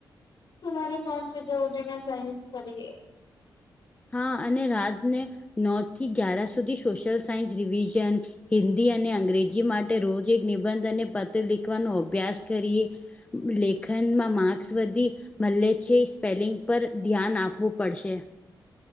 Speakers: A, on the left; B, on the left.
A: સવારે પાંચ વાજે ઉઠીને સાયન્સ કરીએ
B: હા અને રાતને નવ થી ગ્યારા સુધી સોશિયલ સાયન્સ રિવિઝન હિન્દી અને અંગ્રેજી માટે રોજ એક નિબંધ અને પત્ર લિખવાનો અભ્યાસ કરીએ લેખનમાં માક્સ વધી મલે છે સ્પેલિંગ પર ધ્યાન આપવું પડશે.